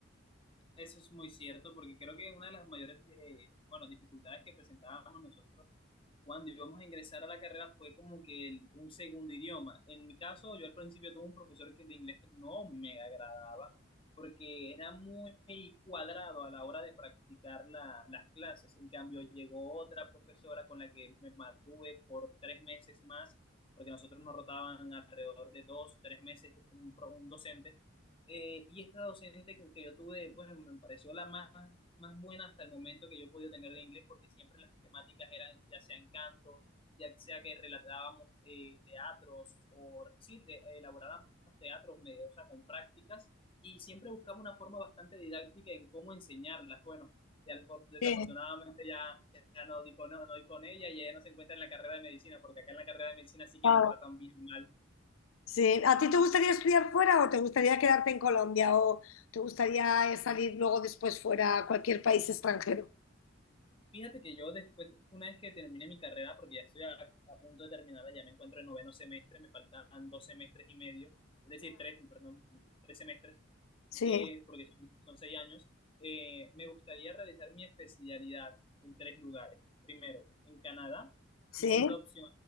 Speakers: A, on the left (about 25°); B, on the left (about 90°).
A: Eso es muy cierto porque creo que una de las mayores, eh, bueno, dificultades que presentábamos nosotros cuando íbamos a ingresar a la carrera fue como que el- un segundo idioma. En mi caso, yo al principio tuve un profesor que, de inglés que no me agradaba porque era muy cuadrado a la hora de practicar la- las clases. En cambio, llegó otra profesora con la que me mantuve por tres meses más, porque nosotros nos rotaban alrededor de dos, tres meses un, pro- un docente. Eh, y esta docente que, que yo tuve, bueno, me pareció la más más buena hasta el momento que yo he podido tener de inglés, porque siempre las temáticas eran ya sea encanto, ya sea que relatábamos eh, teatros o sí, de- elaborábamos teatros medios, o sea, con prácticas, y siempre buscaba una forma bastante didáctica en cómo enseñarlas. Bueno, ya alfor- desafortunadamente
B: Sí,
A: ya, ya no di con, no, no di con ella y ella no se encuentra en la carrera de medicina, porque acá en la carrera de medicina sí
B: claro.
A: que nos tratan bien mal.
B: Sí. ¿A ti te gustaría estudiar fuera o te gustaría quedarte en Colombia o te gustaría eh, salir luego después fuera a cualquier país extranjero?
A: Fíjate que yo después, una vez que termine mi carrera, porque ya estoy a, a punto de terminarla, ya me encuentro en noveno semestre, me faltan dos semestres y medio, es decir, tres, perdón, tres semestres
B: Sí,
A: eh, porque son, son seis años, eh, me gustaría realizar mi especialidad en tres lugares. Primero, en Canadá,
B: sí.
A: mi segunda opción